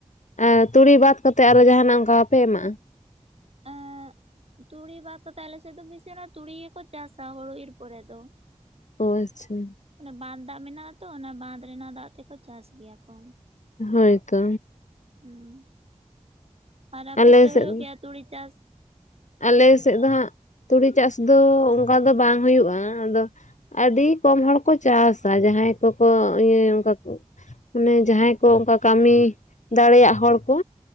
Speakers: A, on the left (about 75°); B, on the right (about 55°).
A: ᱟᱨ ᱛᱩᱲᱤ ᱵᱟᱫ ᱠᱟᱛᱮᱫ ᱟᱨᱚ ᱡᱟᱦᱱᱟᱜ ᱚᱱᱠᱟ ᱵᱟᱯᱮ ᱮᱢᱟᱜᱼᱟ
B: ᱟᱻ ᱛᱩᱲᱤ ᱵᱟᱛ ᱠᱟᱛᱮ ᱟᱞᱮ ᱥᱮᱫ ᱫᱚ ᱚᱱᱟ ᱛᱩᱲᱤ ᱜᱮᱠᱚ ᱪᱟᱥᱟ ᱦᱩᱲᱩ ᱤᱨ ᱯᱚᱨᱮ ᱫᱚ᱾
A: ᱚ ᱟᱪᱪᱷᱟ
B: ᱚᱱᱮ ᱵᱟᱸᱫ ᱫᱟᱜ ᱢᱮᱱᱟᱜ ᱟᱛᱚ ᱚᱱᱟ ᱵᱟᱸᱫ ᱨᱮᱱᱟᱜ ᱫᱟᱜ ᱛᱮᱠᱚ ᱪᱟᱥ ᱜᱮᱭᱟ ᱠᱚ᱾
A: ᱦᱚᱭᱛᱚ
B: ᱦᱩᱸ ᱟᱨ ᱟᱯᱮᱥᱮᱫ
A: ᱟᱞᱮ ᱥᱮᱫ
B: ᱦᱩᱭᱩᱜ ᱜᱮᱭᱟ ᱛᱩᱲᱤ ᱪᱟᱥ?
A: ᱟᱞᱮ ᱥᱮᱫ ᱫᱚ ᱦᱟᱸᱜ ᱛᱩᱲᱤ ᱪᱟᱥ ᱫᱚ ᱚᱱᱠᱟ ᱫᱚ ᱵᱟᱝ ᱦᱩᱭᱩᱜᱼᱟ ᱟᱫᱚ ᱟᱹᱰᱤ ᱠᱚᱢ ᱦᱚᱲ ᱠᱚ ᱪᱟᱥᱟ ᱡᱟᱦᱟᱸᱭ ᱠᱚᱠᱚ ᱤᱭᱟᱹ ᱚᱱᱠᱟ ᱢᱟᱱᱮ ᱡᱟᱦᱟᱸᱭ ᱠᱚ ᱚᱱᱠᱟ ᱠᱟᱹᱢᱤ ᱫᱟᱲᱮᱭᱟᱜ ᱦᱚᱲ ᱠᱚ